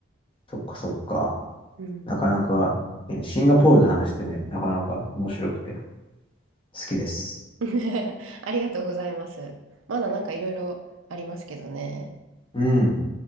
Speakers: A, on the left; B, on the right.
A: そっかそっか。
B: うん。
A: なかなか、ね、シンガポールの話ってね、なかなか面白くて好きです。
B: <laughs> ありがとうございます。まだなんかいろいろありますけどね。
A: うん。